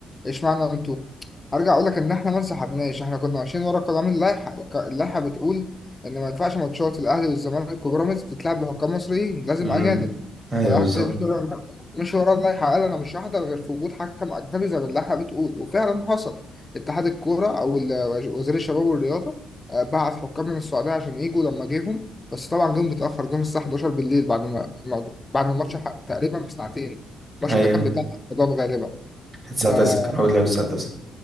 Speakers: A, on the left; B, on the right.
A: ايش معنى انتوا؟ ارجع اقول لك ان احنا ما انسحبناش احنا كنا ماشيين ورا قوانين اللائحه اللائحه بتقول ان ما ينفعش ماتشات الاهلي والزمالك وبيراميدز تتلعب بحكام مصريين لازم
B: امم
A: اجانب
B: ايوه
A: فالأهلي
B: بالظبط
A: مش ورا مش ورا اللائحة قال أنا مش هحضر غير في وجود حكم أجنبي زي ما اللائحة بتقول وفعلا حصل اتحاد الكورة أو ال- وزير الشباب والرياضة آه، بعت حكام من السعودية عشان يجوا لما جيهم بس طبعا جم متأخر جم الساعة 11 بالليل بعد ما ما- بعد ما الماتش حق- تقريبا بساعتين الماتش
B: ايوه
A: ده كان بتاع رمضان غالبا
B: كانت الساعة
A: آه
B: 9 كان هو بيلعب الساعة 9